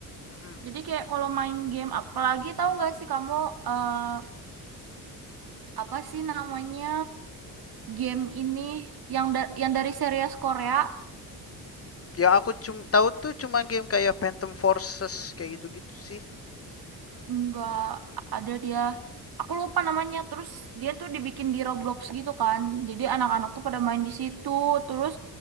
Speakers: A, on the left; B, on the right.
A: Mm-mm.
B: Jadi kayak kalau main game apalagi tahu nggak sih kamu eh, apa sih namanya game ini yang da- yang dari series Korea?
A: Yang aku cum tahu tuh cuma game kayak Phantom Forces kayak gitu-gitu sih.
B: Enggak ada dia. Aku lupa namanya. Terus dia tuh dibikin di Roblox gitu kan. Jadi anak-anak tuh pada main di situ. Terus